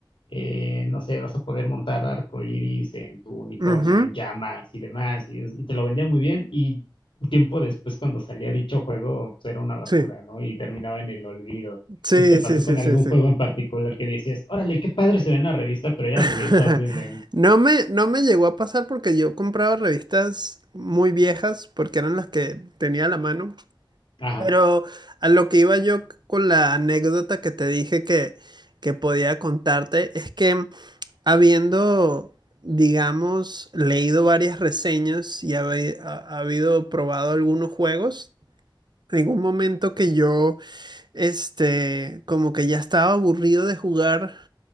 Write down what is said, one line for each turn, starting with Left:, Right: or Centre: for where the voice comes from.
Left: eh, no sé, vas a poder montar arcoiris en tu unicornio,
Right: Ujú,
Left: en llamas y demás, y, es- y te lo vendían muy bien, y tiempo después cuando salía dicho juego, pues era una basura,
Right: Sí,
Left: ¿no? Y terminaba en el olvido.
Right: sí,
Left: Entonces te pasó
Right: sí, sí,
Left: con
Right: sí,
Left: algún
Right: sí.
Left: juego en particular que decías, órale, qué padre se ve en la revista, pero ya
Right: <laughs>
Left: lo jugué, y está horrible, ¿no?
Right: No me, no me llegó a pasar porque yo compraba revistas muy viejas porque eran las que tenía a la mano.
Left: Ajá,
Right: Pero a lo que iba yo con la anécdota que te dije que, que podía contarte es que habiendo, digamos, leído varias reseñas y habe- ha, ha habido probado algunos juegos, en un momento que yo este, como que ya estaba aburrido de jugar